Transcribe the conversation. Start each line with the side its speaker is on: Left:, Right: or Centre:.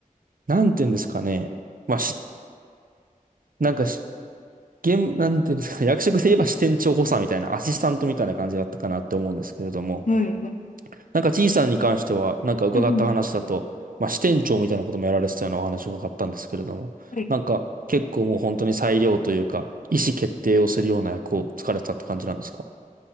Right: なんていうんですかね、まあ、し、なんかし、現、なんていうんですかね、役職で言えば支店長補佐みたいな、アシスタントみたいな感じだったかなって思うんですけれども、
Left: うん
Right: なんか、ちいさんに関しては、なんか伺った話だと、
Left: うん
Right: まあ、支店長みたいなこともやられてたようなお話を伺ったんですけれども、
Left: はい
Right: なんか、結構もう本当に裁量というか、意思決定をするような役をつかれてたって感じなんですか